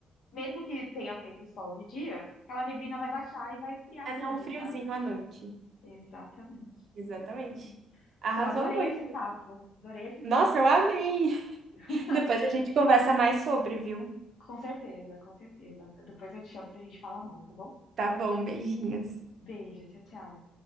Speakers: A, on the left; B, on the right.
A: Mesmo que tenha feito sol de dia, aquela neblina vai baixar e vai esfriar
B: Mas
A: tudo,
B: é um friozinho
A: sabe?
B: à noite.
A: Exatamente,
B: Exatamente.
A: exatamente.
B: Arrasou
A: Pô, adorei
B: muito.
A: esse papo, adorei esse
B: Nossa,
A: papo.
B: eu amei. <laughs>
A: <laughs>
B: Depois a gente conversa mais sobre, viu?
A: Com certeza, com certeza. Depois eu te chamo pra gente falar mais, tá bom?
B: Tá bom, beijinhos.
A: Beijo, tchau, tchau.